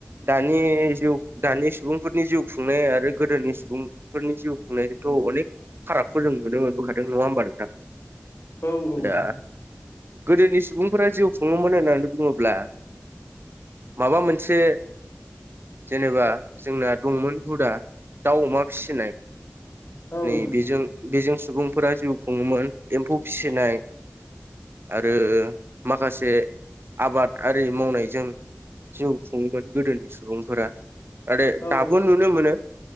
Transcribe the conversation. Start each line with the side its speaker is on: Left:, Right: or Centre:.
Right: दा नि जिउ दानि सुबुंफोरनि जिउ। खुंनाय आरो गोदोनि सुबुंफोरनि जिउ खुंनायखौथ अनेक फारागखौ जों नुनो मोनबोखादों नङा होमबा नोंथां?
Left: औ
Right: दा
Left: नोंथां
Right: गोदोनिस सुबुंफोरा जिउ खुङोमोन होननानै बुङोब्ला माबा मोनसे जेनेबा जोंना दंमोन हुदा दाउ अमा फिसिनाय।
Left: औ
Right: नै
Left: नोंथां
Right: बेजों बेजों सुबुं फोरा जिउ खुङोमोन एम्फौ फिसिनाय आरो माखासे आबाद आरि मावनायजों जिउ खुङोमोन गोदोनि सुबुंफोरा। आरो
Left: औ
Right: दाबो नुनो मोनो।